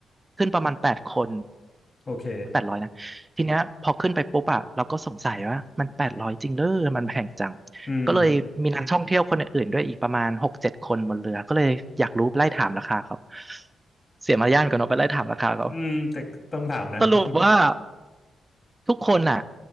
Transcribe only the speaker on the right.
ขึ้นประมาณแปดคน
แปดร้อยนะทีเนี้ยพอขึ้นไปปุ๊บอะเราก็สงสัยว่ามันแปดร้อยจริงเด้อมันแพงจัง
ก็เลยมีนักท่องเที่ยวคนอื่นๆด้วยอีกประมาณหกเจ็ดคนบนเรือก็เลยอยากรู้ไล่ถามราคาเขาเสียมารยาทกันเนาะไปไล่ถามราคาเขา
สรุปว่า
ทุกคนอะ